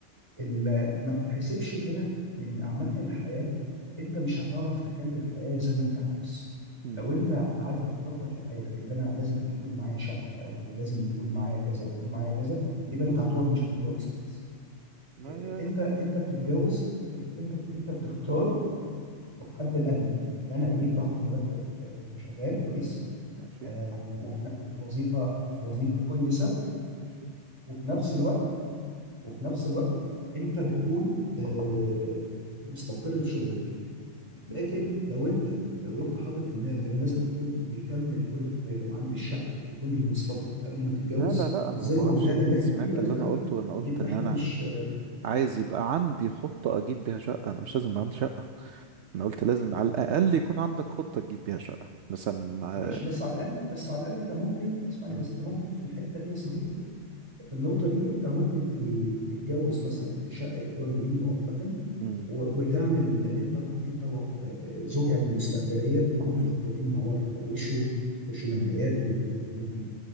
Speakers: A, on the right; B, on the right.
A: ال- ما بتتحسبش كده لان عامه الحياه انت مش هتعرف تخلي الحياه زي ما انت عاوز
B: مم.
A: لو انت قعدت مخطط لحياتك اللي انا لازم اكون معايا شقه الاول ولازم يكون معايا كذا ويكون معايا كذا
B: مم.
A: يبقى انت هتقعد مش هتتجوز خالص
B: ما-
A: إيه، انت انت بتتجوز
B: مم.
A: إيه، انت بت- انت بتختار الحد الادنى اللي انا ايه باخد مرتب آه، شغال كويس
B: ماشي
A: آه، وفي ن- وفي وظيفه وفي وظيفه كويسه
B: ماشي
A: وفي نفس الوقت وفي نفس الوقت انت بتكون آه، مستقر في شغلك لكن لو انت لو انت حاطط في دماغك ان انا لازم اكون بيكمل كل حاجه وعندي الشقه وكل مواصفاتها قبل ما تتجوز
B: لا لا لا انا
A: في ظل
B: ما بقولش
A: الغلا
B: انت
A: اللي احنا
B: سمعت
A: فيه دلوقتي
B: اللي
A: ده
B: انا قلته وانا قلت
A: يبقى
B: ان
A: احنا
B: انا
A: مش
B: عايز يبقى عندي خطة اجيب بيها شقة انا مش لازم يبقى عندي شقة انا قلت لازم على
A: آه،
B: الاقل يكون عندك خطة تجيب بيها شقة مثلا آه،
A: ماشي بس على الاقل بس على الاقل انت ممكن اسمعني
B: مم.
A: بس انت ممكن في الحته دي يا صديقي في النقطه دي انت ممكن ت- تتجوز مثلا في شقه ايجار جديد مؤقتا
B: مم.
A: و- وتعمل انت و- انت وخ- زوجتك يعني المستقبليه تكونوا مخططين
B: مم.
A: مع بعض تحوشوا تخشوا جمعيات وممكن